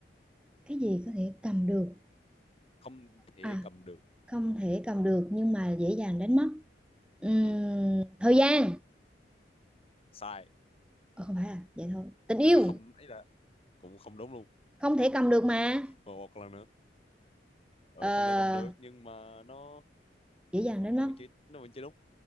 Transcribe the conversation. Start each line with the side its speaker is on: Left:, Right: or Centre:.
Centre: cái gì có thể cầm được
Left: không thể
Centre: à
Left: cầm được
Centre: không thể cầm được nhưng mà dễ dàng đánh mất Ừm,
Left: Ừ.
Centre: thời gian
Left: sai
Centre: Ờ, không phải à vậy thôi tình yêu
Left: nên nó không ấy là cũng không đúng luôn
Centre: không thể cầm được mà
Left: và một lần nữa ờ,
Centre: Ờ,
Left: không thể cầm được nhưng mà nó
Centre: dễ dàng đánh mất
Left: nó vẫn chưa nó vẫn chưa đúng